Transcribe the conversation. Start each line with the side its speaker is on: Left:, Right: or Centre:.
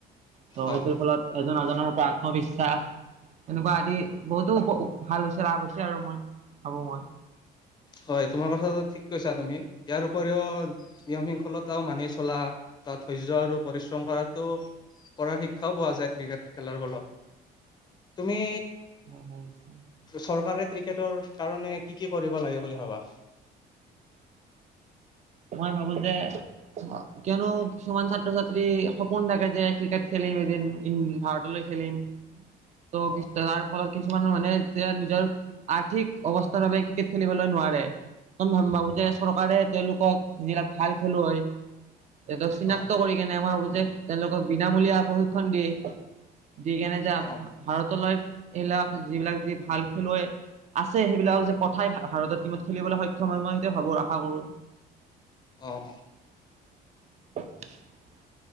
Right: ত'
Left: অ
Right: সেইটোৰ
Left: অ
Right: ফলত এজন এজনৰ পৰা আত্মবিশ্বাস এনেকুৱা আদি বহুতো ভাল হৈছে, লাভ হৈছে, আৰু মই ভাবো মই।
Left: হয় তোমাৰ কথাটো ঠিক কৈছা তুমি ইয়াৰ উপৰিও নিয়ম শিংখলতাও মানি চলা বা ধৈৰ্য্য আৰু পৰিশ্ৰম কৰাত ত'কৰাৰ শিক্ষাও পোৱা যায়, ক্ৰিকেট খেলাৰ ফলত। তুমি
Right: মই ভাবচো।
Left: চৰকাৰে ক্ৰিকেটৰ কাৰণে কি কি কৰিব লাগে বুলি ভাবা?
Right: মই ভাবো যে কিয়নো কিছুমান ছাত্ৰ-ছাত্ৰী সপোন থাকে যে ক্ৰিকেট খেলি এদিন ইন ভাৰতলৈ খেলিম। ত'
Left: অ
Right: <unintelligible> তাৰ ফলত কিছুমান মানুহে যে নিজৰ আৰ্থিক অৱস্থাৰ বাবে ক্ৰিকেট খেলিবলৈ নোৱাৰে। মই ভা- ভাবো যে চৰকাৰে তেওঁলোকক যিবিলাক ভাল খেলুৱৈ, তেহঁতক চিনাক্ত
Left: অ
Right: কৰি কেনে মই ভাবো যে তেওঁলোকক বিনামূলীয়া প্ৰশিক্ষণ দিয়ে। দি কেনে যে
Left: অ
Right: ভাৰতলৈ এইবিলাক যিবিলাক যি ভাল খেলুৱৈ আছে সেইবিলাকক যে পঠাই ভাৰতৰ টীমত খেলিবলৈ সক্ষম হয়। মই সেইটোৱে ভাবো আশা কৰো।
Left: অ'।
Right: <inaudible>